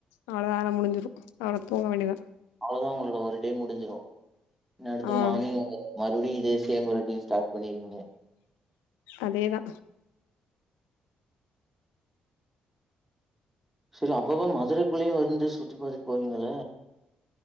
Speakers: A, on the left (about 80°); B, in the centre.
A: அவ்ளோ தா அதா முடிஞ்சுரு அப்றோ தூங்க வேண்டிதா
B: அவ்ளதா உங்களோட ஒரு டே முடிஞ்சிரு இன்னு அடுத்த
A: ஆ
B: மார்னிங் மறுபடியு இதே சேம் ரொட்டீன் ஸ்டார்ட் பண்ணிருவீங்க
A: அதேதா
B: சரி அப்பப்ப மதுரைக்குள்ளயே வந்து சுத்தி பாத்துட்டு போவீங்கள